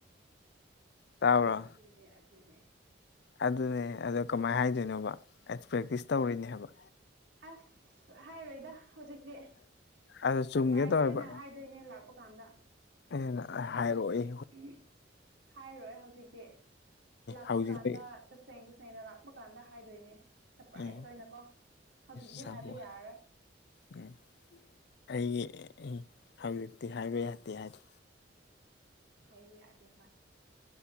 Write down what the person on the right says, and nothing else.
ꯑꯗꯨꯅꯦ ꯑꯗꯨꯅꯦ
ꯑꯁ ꯍꯥꯏꯔꯣꯏꯗꯥ ꯍꯧꯖꯤꯛꯗꯤ
ꯁꯔꯄ꯭ꯔꯥꯏꯖ
ꯑꯣꯏꯅ ꯍꯥꯏꯗꯣꯏꯅꯦ ꯂꯥꯞ ꯄꯀꯥꯟꯗ
ꯎꯝ ꯍꯥꯏꯔꯣꯏ ꯍꯧꯖꯤꯛꯗꯤ ꯂꯥꯛꯄ
ꯀꯥꯟꯗ ꯇꯥꯁꯦꯡ ꯇꯥꯁꯦꯡꯅ ꯂꯥꯛꯄ ꯀꯥꯟꯗ ꯍꯥꯏꯗꯣꯏꯅꯦ ꯁꯔꯄ꯭ꯔꯥꯏꯖ
ꯑꯣꯏꯅꯀꯣ ꯍꯧꯖꯤꯛꯗꯤ
ꯍꯥꯏꯕ ꯌꯥꯔꯔꯣꯏ
ꯍꯥꯏꯕ ꯌꯥꯗꯦ ꯍꯣꯏ